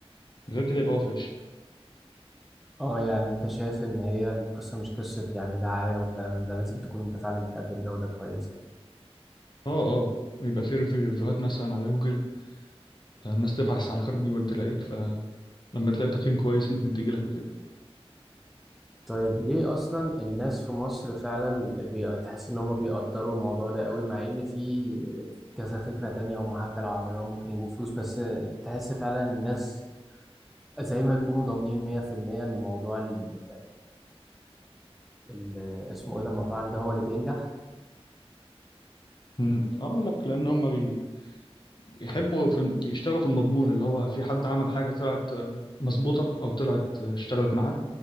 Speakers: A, on the left; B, in the centre.
A: غير كده يبقى هو فاشل
B: اه يعني انت شايف ان هي القصة مش قصة يعني دعاية والكلام من ده لازم تكون انت فعلا بتقدم جودة كويسة
A: اه اه ويبقى فيه ريفيو- ريفيوهات مثلا على جوجل الناس تبحث على خرب جوجل تلاقيك فلما تلاقي تقييم كويس ممكن تجيلك وكده
B: طيب ليه اصلا الناس في مصر فعلا بي- تحس ان هم بيقدروا الموضوع ده قوي مع ان في كذا فكرة تانية هم حتى لو عملوها ممكن يجيبوا فلوس بس تحس فعلا الناس زي ما يكونوا ضامنين 100% ان موضوع ال... ال... اسمه ايه ده المطاعم ده هو اللي بينجح
A: أمم، اقول لك لان هم بي- بيحبوا في الم- بيشتغلوا في المضمون اللي هو في حد عمل حاجه طلعت آه، مظبوطه او طلعت آه، اشتغلت معاه